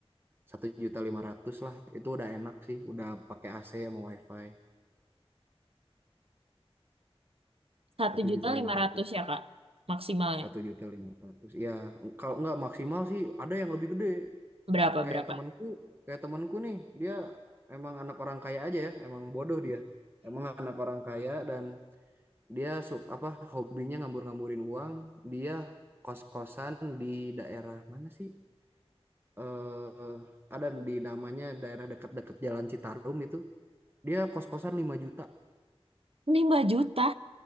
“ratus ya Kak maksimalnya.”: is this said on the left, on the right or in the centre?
Right